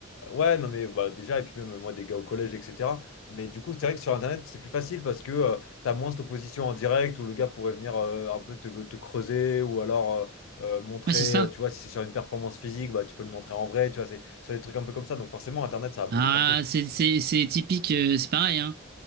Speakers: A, on the left; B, on the right.
A: Ouais, non, mais bah, déjà, et puis même moi, des gars au collège, etc. Mais du coup, c'est vrai que sur Internet, c'est plus facile parce que euh, t'as moins cette opposition en direct où le gars pourrait venir euh, un peu te, te creuser ou alors euh, euh, montrer,
B: Ouais, c'est ça.
A: euh, tu vois, si c'est sur une performance physique, bah, tu peux le montrer en vrai, tu vois, c'est sur des trucs un peu comme ça. Donc forcément, Internet, ça a bougé
B: Ah,
A: plein de trucs.
B: c'est c'est- c'est typique, euh, c'est pareil, hein.